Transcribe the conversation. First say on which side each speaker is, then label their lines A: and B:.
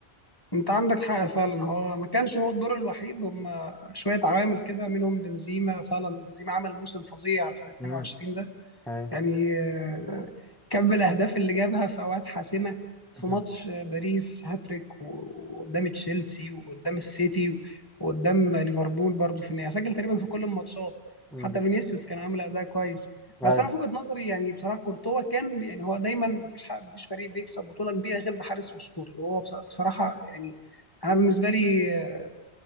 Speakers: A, on the left (about 20°); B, in the centre.
A: انت عندك حق فعلا هو ما كانش هو الدور الوحيد هم شويه عوامل كده منهم بنزيما فعلا بنزيما عمل موسم فظيع في ال 22
B: امم
A: ده
B: هاي
A: يعني آه، كم الأهداف اللي جابها في أوقات حاسمة في
B: <laughs>
A: ماتش باريس هاتريك و- وقدام تشيلسي وقدام السيتي وقدام ليفربول برضه في النهاية سجل تقريبا في كل الماتشات حتى
B: ده-
A: فينيسيوس كان عامل أداء كويس
B: هاي
A: بس أنا في وجهة نظري يعني بصراحة كورتوا كان يعني هو دايما مفيش حق مفيش فريق بيكسب بطولة كبيرة غير بحارس أسطوري وهو بص- بصراحة يعني أنا بالنسبة لي آه،